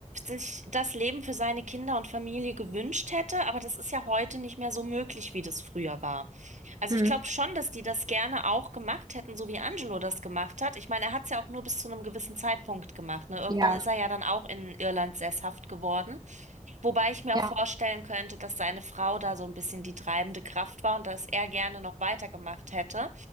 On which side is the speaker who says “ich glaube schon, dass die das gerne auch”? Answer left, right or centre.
Right